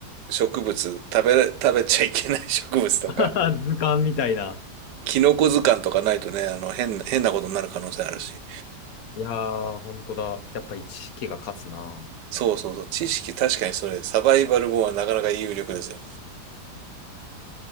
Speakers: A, on the right; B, on the left.
A: 植物、食べら、食べちゃいけない植物とか、
B: <laughs> 図鑑みたいな。
A: キノコ図鑑とかないとね、あの、変な、変なことになる可能性あるし。
B: いやー、本当だ。やっぱり知識が勝つな。
A: そうそうそう。知識、確かにそれ、サバイバル本はなかなか有力ですよ。